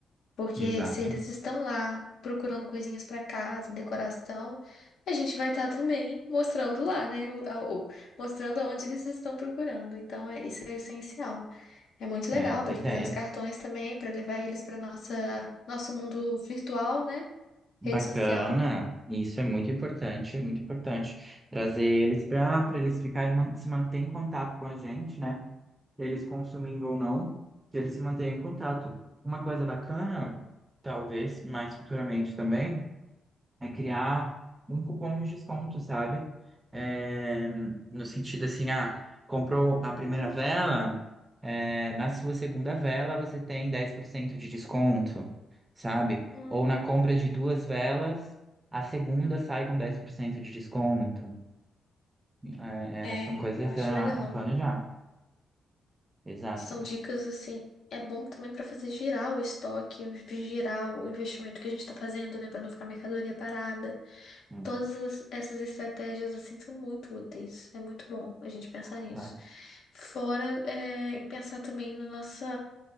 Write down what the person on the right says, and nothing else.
Exato.
É, essa
é
a ideia.
Bacana,
isso é muito importante, muito importante. Trazer eles para para eles ficarem man- se manter em contato com a gente, né? Eles consumindo ou não, que eles se mantenham em contato. Uma coisa bacana, talvez mais futuramente também é criar um cupom de desconto, sabe? É, no sentido assim, ah, comprou a primeira vela, é, na sua segunda vela você tem 10% de desconto, sabe?
Ou na compra de duas velas, a segunda sai com 10% de desconto. É,
é, são coisas
a,
a planejar. Exato.
Hum,
Exato.